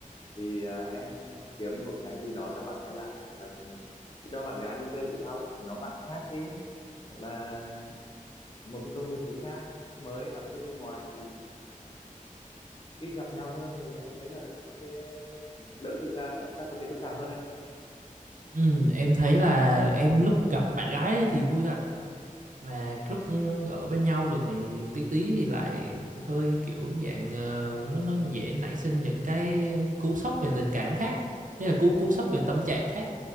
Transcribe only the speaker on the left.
thì à, em à, kiếm một cái gì đó cho bạn gái làm hoặc là cho bạn gái đi chơi thể thao với một nhóm bạn khác đi hoặc là một cái công việc gì khác mới làm thêm bên ngoài thì ít gặp nhau hơn thì anh thấy là nó sẽ đỡ sinh ra các vấn đề phức tạp hơn đấy